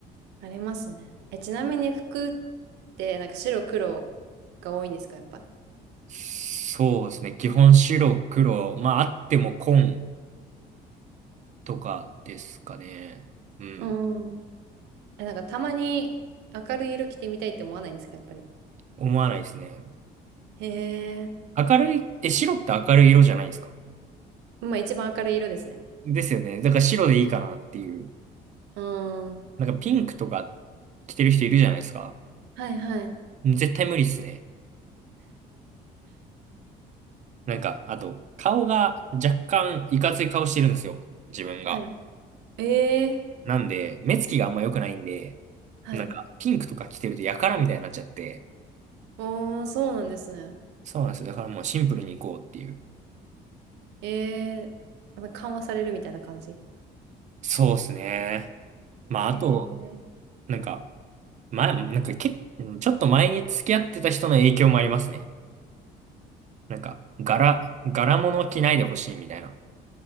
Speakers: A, on the right; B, on the right.
A: ありますね。え、ちなみに服ってなんか白黒が多いんですか、やっぱ。
B: そうですね。基本白、黒。まあ、あっても紺とかですかね。うん。
A: うん。え、なんかたまに明るい色着てみたいって思わないんですか、やっぱり。
B: 思わないですね。
A: へえ。
B: 明るい、え、白って明るい色じゃないですか。
A: まあ一番明るい色ですね。
B: ですよね。だから白でいいかなっていう。
A: うーん。
B: なんかピンクとか着てる人いるじゃないですか。
A: はいはい。
B: 絶対無理っすね。なんか、あと、顔が若干いかつい顔してるんですよ。自分が。
A: はい。ええ。
B: なんで、目つきがあんま良くないんで、
A: はい。
B: なんか、ピンクとか着てるとやからみたいになっちゃって。
A: おー、そうなんですね。
B: そうなんですよ。だからもうシンプルに行こうっていう。
A: ええ。なんか緩和されるみたいな感じ。
B: そうですね。まあ、
A: ええ。
B: あと、なんか、前、なんかけ、うんちょっと前に付き合ってた人の影響もありますね。なんか、柄、柄物着ないでほしいみたいな、